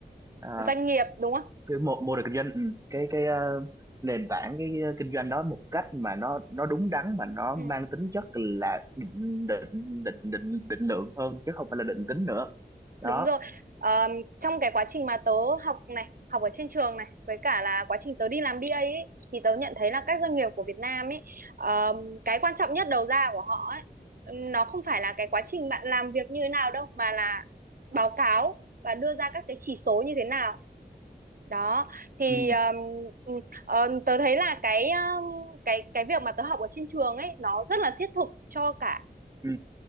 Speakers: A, on the right; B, on the right.
A: ờ,
B: doanh nghiệp đúng không
A: cái mô mô hình kinh doanh ừ, cái cái ờ, nền tảng cái, cái kinh doanh đó một cách mà nó nó đúng đắn mà nó
B: Ừ.
A: mang tính chất là định định định định định lượng hơn chứ không phải là định tính nữa đó
B: Đúng rồi. Ờm, trong cái quá trình mà tớ học này, học ở trên trường này, với cả là quá trình tớ đi làm BA ấy, thì tớ nhận thấy là các doanh nghiệp của Việt Nam ấy, ờm, cái quan trọng nhất đầu ra của họ ấy, nó không phải là cái quá trình bạn làm việc như thế nào đâu, mà là báo cáo và đưa ra các cái chỉ số như thế nào. Đó, thì
A: ừ,
B: ờm, ờm, tớ thấy là cái ờm, cái cái việc mà tớ học ở trên trường ấy, nó rất là thiết thực cho cả
A: ừ,